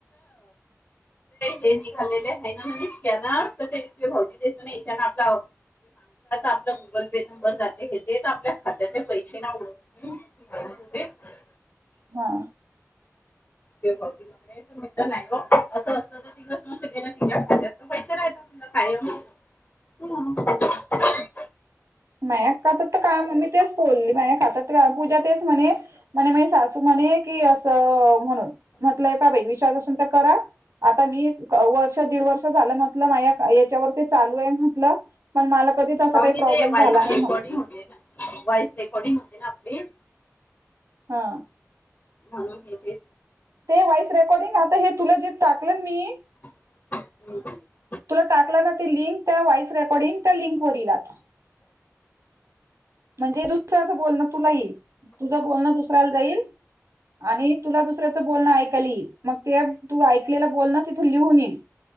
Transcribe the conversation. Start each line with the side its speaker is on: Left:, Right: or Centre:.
Left: हे निघालेले आहे ना म्हने, त्यांना तर ते भावजी देत नाही त्यांना आप आ आ आप गुगल पे नंर जाते हे ते आपल्या खात्याले पैसे ना <unintelligible>
Right: हा!
Left: मित नाही हो असं असत तर तू शके ति पै नाही <unintelligible> <unintelligible>
Right: माया खातात तर काय म्हण मी तेच बोलली माया खातात का पूजा तेच म्हणे म्हणे म सासू म्हणे की असं, म्हणून म्हटलंय हे पहा बाई विष असतर करा, आता नीट वर्ष दीड वर्ष झालं म्हंटल माया याच्यावर चालू आहे म्हटल पण माला कधी अस
Left: काऊन
Right: का
Left: की
Right: प्रॉब्लेम
Left: ते व्हॉइस
Right: झाला नाही
Left: रेकॉर्डिंग
Right: म्हटलं
Left: ना वॉइस रेकॉर्डिंग होते ना आपली
Right: हा!
Left: म्हणून हे ते
Right: ते व्हॉईस रेकॉर्डिंग आता हे तुला जे टाकलं मी
Left: ह <unintelligible>
Right: तुला टाकला ना ते लिंक, त्या व्हॉइस रेकॉर्डिंग त्या लिंकवरील येईल आता म्हणजे दुसर्याच बोलणं तुला येईल, तुझं बोलणं दुसऱ्याला जाईल आणि तुला दुसऱ्याचं बोलणं ऐकायला यील मग ते तू ऐकलेला बोल ना तिथ लिहून यील